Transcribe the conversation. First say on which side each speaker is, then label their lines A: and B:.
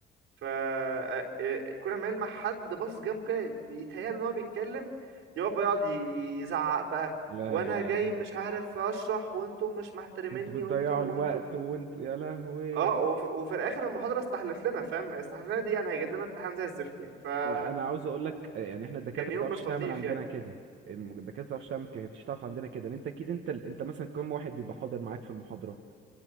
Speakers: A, on the right; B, on the right.
A: ف آه، آه، كل ما يلمح حد باصص جنبه كده بيتهيأله ان هو بيتكلم يقف بقى يقعد ي- يزعق بقى
B: لا
A: وانا
B: لا
A: جاي
B: يا عم.
A: مش عارف اشرح وانتم مش محترميني
B: انتوا بتضيعوا
A: وانتم
B: الوقت
A: وانتم
B: وانتوا يا لهوي
A: اه وف... وفي الاخر المحاضره استحلف لنا فاهم استحلف لنا دي يعني هيجيب لنا امتحان زي الزفت يعني فكان
B: لا، انا عاوز اقول لك يعني احنا الدكاتره
A: يوم
B: ما بتعرفش
A: مش
B: تعمل
A: لطيف
B: عندنا
A: يعني
B: كده الم- الدكاتره ما بتعرفش تعمل كده مش تعرف عندنا كده ان انت اكيد انت ال- انت مثلا كم واحد بيبقى حاضر معاك في المحاضره